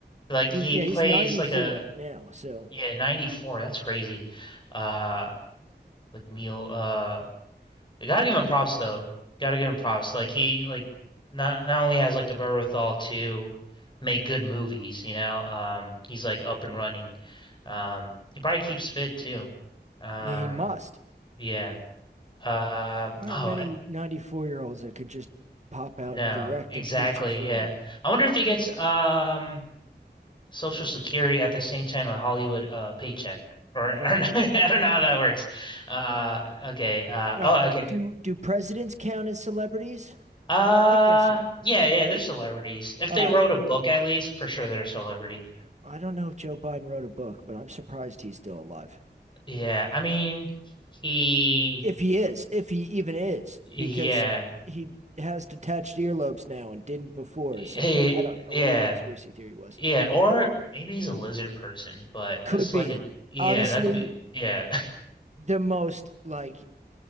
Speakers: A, on the left (about 25°); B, on the right (about 40°).
A: like
B: He,
A: he
B: yeah,
A: plays
B: he's 94
A: like a
B: now, so
A: Yeah, 94. That's crazy. Uh McNeil uh you gotta give him props though. Gotta give him props. Like he like not not only has like the wherewithal to make good movies, you know, um he's like up and running. Um he probably keeps fit too. Um
B: yeah, he must.
A: yeah. Uh
B: There aren't
A: oh
B: many
A: I,
B: 94 year olds that could just pop out
A: no,
B: and direct
A: exactly,
B: a feature film.
A: yeah. I wonder if he gets um Social Security at the same time a Hollywood uh paycheck. Or,
B: I
A: or
B: don't
A: <laughs>
B: know.
A: I don't know how that works. Uh okay. Uh
B: All
A: oh
B: right.
A: okay.
B: Do do presidents count as celebrities?
A: Uh
B: I guess so.
A: yeah, yeah, they're celebrities. If
B: All
A: they
B: right.
A: wrote a book at least, for sure they're a celebrity.
B: I don't know if Joe Biden wrote a book, but I'm surprised he's still alive.
A: Yeah, I mean he
B: If he is, if he even is,
A: yeah.
B: because he has detached earlobes now and didn't before
A: He
B: or something. I don't know
A: yeah.
B: what that conspiracy theory was.
A: Yeah, or maybe he's a lizard person, but
B: Could
A: that's
B: be.
A: like a yeah,
B: Honestly,
A: that could be yeah.
B: the most like